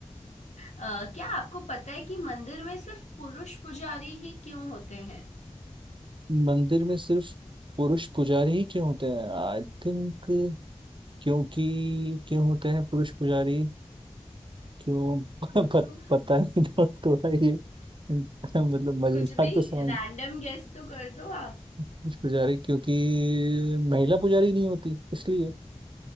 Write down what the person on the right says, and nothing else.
मंदिर में सिर्फ पुरुष पुजारी ही क्यों होते हैं आई थिंक क्योंकि क्यों होते हैं पुरुष पुजारी क्यों
<laughs> पत,
पता नहीं थो- थोड़ा ये <laughs> मतलब मजेदार
तो साउंड
पुरुष पुजारी क्योंकि महिला पुजारी नहीं होती इसलिए